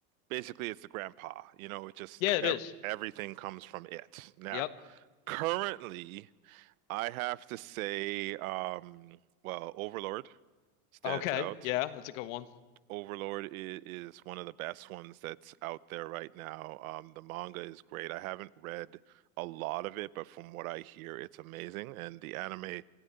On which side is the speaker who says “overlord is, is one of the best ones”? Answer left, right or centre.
Right